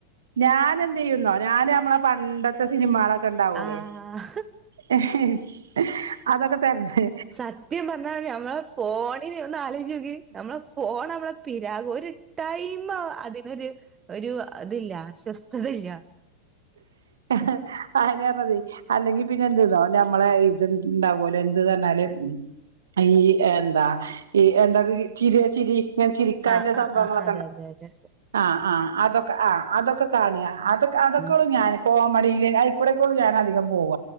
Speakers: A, on the right (about 65°); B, on the right (about 20°).
A: ഞാനെന്ത്യ്യുന്നോ ഞാനാമ്മളെ പണ്ടത്തെ സിനിമാളോക്കെ ണ്ടാവൂലേ
B: ആഹ്
A: ഹ് ഹേ ഹ് അതൊക്കെ തരനി
B: സത്യം പറഞ്ഞാ നമ്മളെ ഫോണിൻ ഒന്ന് ആലോയിച്ചോക് നമ്മളെ ഫോൺ നമ്മളെ പിരാ ഒരു ടൈമ് അതിനൊരു ഒരു ഇതില്ല അശോസ്ഥത ഇല്ല
A: ഹ്ഹ അ അതുനേരതി അല്ലെങ്കി പിന്നെ എന്ത്ന്നൊ നമ്മളെ ഇത് ഇണ്ടാവലോ എന്ത്ന്നർണല് ഈ എന്താ ഈ എന്തൊ ചിരി ചിരി ഇങ്ങനെ ചിരിക്കാനുള്ള
B: ആഹ്
A: സംഭവങ്ങളൊ
B: ആഹ് ആഹ് അതെ അതെ അതെ
A: ആഹ് ആ അതൊക്കെ ആ അതൊക്കെ കാണ അതൊക്കെള്ളൂ
B: ആഹ്
A: ഞാൻ കോമഡി ഇല്യ ഞാൻ ഇപ്പോടെകൊള്ളു ഞാന അധികം പോവ